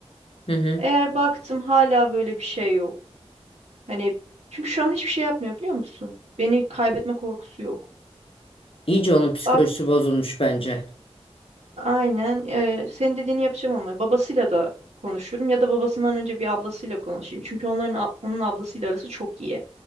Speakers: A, on the left (about 55°); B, on the right (about 80°).
A: Hı hı.
B: Eğer baktım hala böyle bir şey yok. Hani çünkü şu an hiçbir şey yapmıyor biliyor musun? Beni kaybetme korkusu yok.
A: İyice onun psikolojisi
B: Bak
A: bozulmuş bence.
B: aynen eee, senin dediğini yapacağım ama babasıyla da konuşurum ya da babasından önce bir ablasıyla konuşayım. Çünkü onların a- onun ablasıyla arası çok iyi.